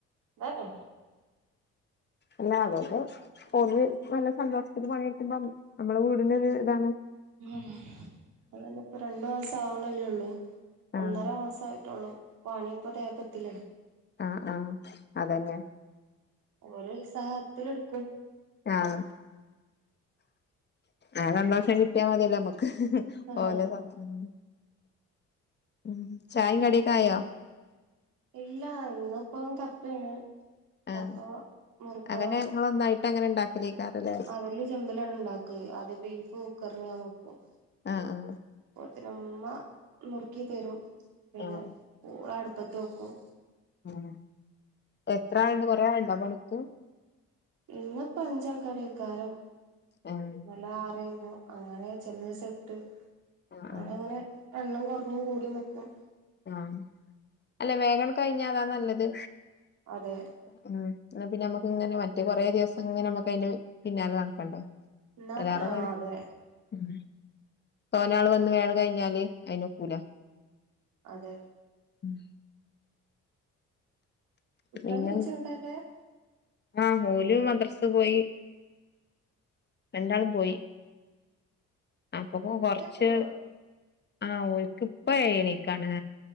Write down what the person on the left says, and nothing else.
എല്ലാം അകോല്ലോ ഓര് നല്ല സന്തോഷത്തില് പണിയെക്കുമ്പോ നമ്മള വീടിനൊരു ഇതാണ്
ആഹ്
ആഹ് ആഹ് അതന്നെയാണ്
ആഹ് ആ സന്തോഷം കിട്ടിയാ മതിയല്ലേ നമുക്ക്
ഓല സ ഉം ഉം ചായേം കടിയൊക്കെ ആയോ
ആഹ്
അങ്ങനെ നിങ്ങള് ഒന്നായിട്ട് അങ്ങന ഇണ്ടാ <unintelligible>
ആഹ് ആഹ്
ആഹ്
ആഹ് ഇപ്പ എത്ര ആളുണ്ട് കൊറെ ആളുണ്ടോ പണിക്ക്
ഏഹ്
ആഹ്
ആഹ്
ആഹ് അല്ല വേഗം അങ്ങട് കഴിഞ്ഞാ അതാ നല്ലത്
ഉം എന്നാ പിന്നെ അമ്മക്ക് ഇങ്ങനെ മറ്റേ കൊറേ ദിവസം ഇങ്ങനെ അമ്മക്ക് അതിന്റെ പി പിന്നാലെ നടക്കണ്ടേ
<unintelligible>
ഉം തോനെ ആള് വന്ന് വേഗം കഴിഞ്ഞാല് അയിന് ഒക്കൂല
ഉം
പിന്നെ
ആഹ് ഓല് മദ്രസ പോയി രണ്ടാളും പോയി അപ്പപ്പൊ കൊറച്ച്
ആഹ് ഓർക്ക് ഇപ്പ ഏഴരക്കാണ്